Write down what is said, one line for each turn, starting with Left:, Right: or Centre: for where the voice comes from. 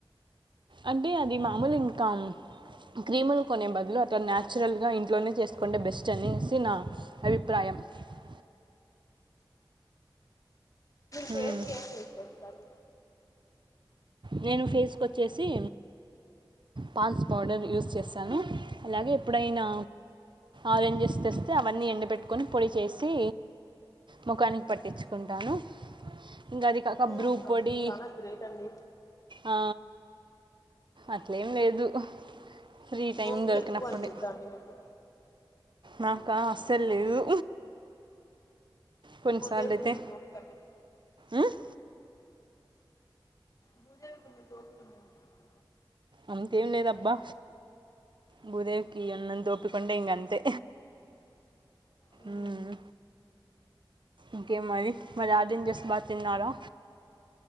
Right: అంటే అది మామూలు ఇంకామ్ క్రీములు కొనే బదులు అట్లా న్యాచురల్ గా ఇంట్లోనే చేసుకుంటే బెస్ట్ అనేసి నా అభిప్రాయం. యం
Left: ఫేస్కు
Right: మ్మ్.
Left: ఏమ్ యూస్ జేస్తరు.
Right: నేను ఫేస్కు వచ్చేసి పాండ్స్ పౌడర్ యూస్ చేస్తాను అలాగే ఎప్పుడైనా ఆరెంజెస్ తెస్తే అవన్నీ ఎండపెట్టుకొని పొడి చేసి మోఖానికి పట్టించుకుంటాను ఇంకా అది ఓకా
Left: ఓ
Right: భ్రూ
Left: అవునా
Right: పొడి
Left: మీరు చాలా గ్రేట్ అండి
Right: ఆ అట్లేం లేదు. ఫ్రీ టైమ్
Left: ఓపిక
Right: దొరకినప్పుడే
Left: ఎక్కువ అనుకుంటా అండి మీకు
Right: నాకా అస్సలు లేదు. కొన్నిసార్లు
Left: బుదేవి కున్నంత
Right: అయితే
Left: ఓపిక కండి మీకు
Right: "ఉమ్,
Left: భూజేవికున్నంత ఓపిక ఉంటద నాకు
Right: అంతేం లేదబ్బా భూదేవికి ఉన్నంత ఓపికుంటే ఇంగ అంతే
Left: మ్మ్
Right: ఉమ్ ఇంకే మరి మరి ఆరెంజెస్ బా తిన్నారా?